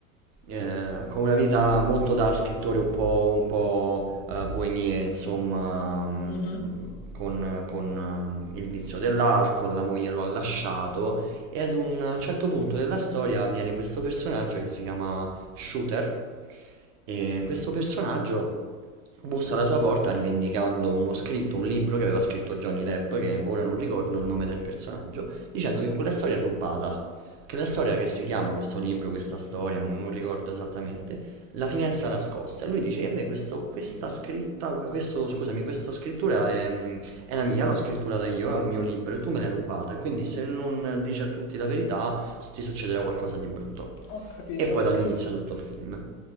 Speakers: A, on the right; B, on the left.
A: eh, con una vita molto da scrittore un po', un po', eh, boemia, insomma, mm,
B: Mh-mh,
A: con, con, eh, il vizio dell'alcol, la moglie lo ha lasciato e ad un certo punto della storia viene questo personaggio che si chiama Shooter e questo personaggio bussa alla sua porta rivendicando uno scritto, un libro che aveva scritto Johnny Depp, che ora non ricordo il nome del personaggio, dicendo che quella storia è rubata. Che la storia che si chiama questo libro, questa storia, non, non ricordo esattamente, La finestra nascosta. E lui dice che a me questo- questa scritta, que- questo, scusami, questa scrittura è, mm, è la mia, l'ho scrittata io, è un mio libro e tu me l'hai rubata. E quindi se non dici a tutti la verità, ti succederà qualcosa di brutto.
B: ho capito.
A: E poi da lì inizia tutto il film.